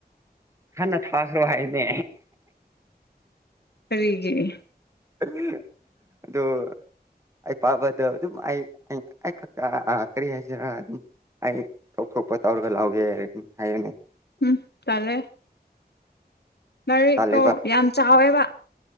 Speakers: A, on the right; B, on the left.
A: ꯍꯟꯅ ꯊꯥꯈ꯭ꯔꯣ ꯍꯥꯏꯅꯦ
B: ꯐꯔꯤꯒꯤ
A: ꯑꯗꯨꯗꯣ ꯑꯩ ꯄꯥꯕꯗꯣ ꯑꯗꯨꯝ ꯑꯩ ꯑꯩ ꯈꯛꯇ ꯀꯔꯤ ꯍꯥꯏꯁꯤꯔ ꯑꯗꯨꯝ ꯑꯩ ꯊꯣꯛ ꯊꯣꯛꯄ ꯇꯧꯔꯒ ꯂꯧꯒꯦ ꯍꯥꯏ ꯍꯥꯏꯔꯅꯤ
B: ꯎꯝ ꯇꯔꯦ ꯃꯔꯔꯤꯛꯇꯣ
A: ꯇꯜꯂꯦꯕ
B: ꯌꯥꯝ ꯆꯥꯎꯋꯦꯕ